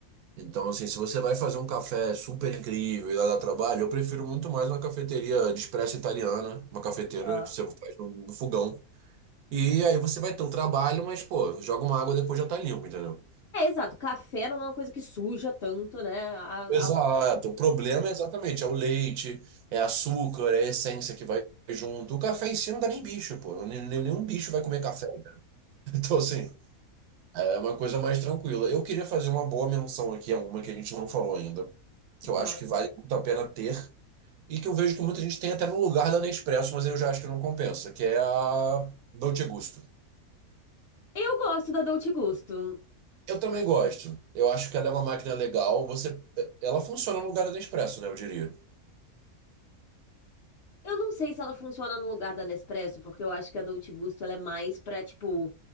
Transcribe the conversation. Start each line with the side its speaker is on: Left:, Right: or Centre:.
Right: Então, assim, se você vai fazer um café super incrível e lá dá trabalho, eu prefiro muito mais uma cafeteria de expresso italiana, uma cafeteira
Left: Ah.
Right: que você faz no no fogão. E aí você vai ter um trabalho, mas, pô, joga uma água depois já tá limpo, entendeu?
Left: É, exato, café não é uma coisa que suja tanto, né? A, a-
Right: Exato.
Left: a-
Right: O problema é exatamente, é o leite, é açúcar, é essência que vai junto. O café em si não dá nem bicho, pô. Nem- nem- Nenhum bicho vai comer café. cara. <laughs> Então, assim, é uma coisa mais tranquila. Eu queria fazer uma boa menção aqui a uma que a gente não falou ainda, que eu
Left: Fala.
Right: acho que vale muito a pena ter, e que eu vejo que muita gente tem até no lugar da Nespresso, mas eu já acho que não compensa, que é a Dolce Gusto.
Left: Eu gosto da Dolce Gusto.
Right: Eu também gosto. Eu acho que ela é uma máquina legal. Você, ela funciona no lugar do Nespresso, né? Eu diria.
Left: Eu não sei se ela funciona no lugar da Nespresso, porque eu acho que a Dolce Gusto ela é mais pra, tipo,